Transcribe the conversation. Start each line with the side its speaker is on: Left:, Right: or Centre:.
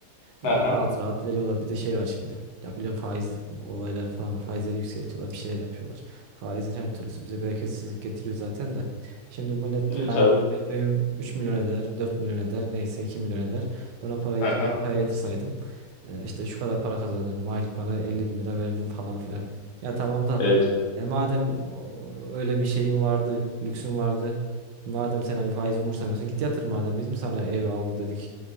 Right: e,
Left: Aha.
Right: rahat rahat veriyorlar. Bir de şey var şimdi. Ya biliyorum faiz olayları falan var. Faizleri yükseltiyorlar. Bir şeyler yapıyorlar. Faizin her türlüsü bize bereketsizlik getiriyor zaten de. Şimdi millet
Left: Evet
Right: diyor hani
Left: abi.
Right: benim evim 3 milyon eder, 4 milyon eder, neyse 2 milyon eder. Ben o parayı
Left: Aha.
Right: gidip bankaya yatırsaydım e, işte şu kadar para kazanırdım. Aylık bana 50 bin lira verdim falan filan. Ya tamam da
Left: Evet.
Right: e madem o- öyle bir şeyin vardı, lüksün vardı. Madem sen hani faiz umursamıyorsun git yatır madem biz mi sana ev al dedik.